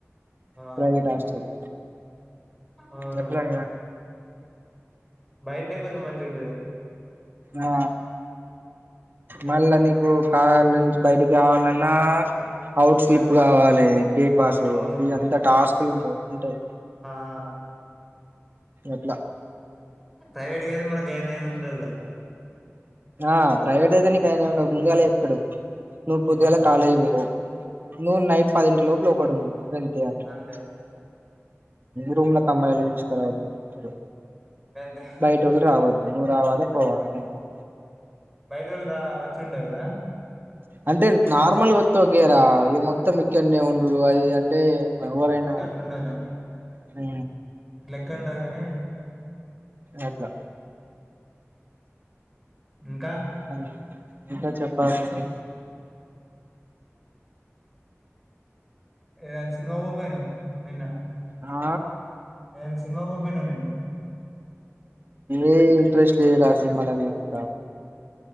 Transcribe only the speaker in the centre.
ఆ
అవును
బయటనే కొంచం మంచి ఉం
ఇబ్బంది
అవును
ఆ
ప్రైవేట్గా అయితే మన గాయినే ఉందిగా
ఆ
అంతే
గంతే
బైటోళ రా వచ్చిండవుగా
అందే లె
ఎక్కండే గాని
ఇంకా
ఏదనా సినిమా పోపోయిను నిన్న
నేను సినిమాక్ పొకపొయినవ్ నిన్న